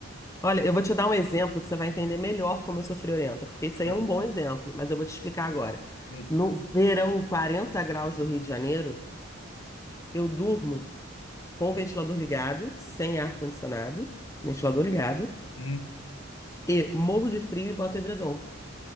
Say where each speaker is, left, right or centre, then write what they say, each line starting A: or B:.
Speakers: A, on the left; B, on the left.
A: Olha, eu vou te dar um exemplo que você vai entender melhor como eu sou friorenta, porque isso
B: Ah,
A: aí é um bom exemplo, mas eu vou te explicar agora.
B: hum,
A: No verão, 40 graus do Rio de Janeiro, eu durmo com o ventilador ligado, sem ar-condicionado, ventilador ligado,
B: hum.
A: e morro de frio e boto edredom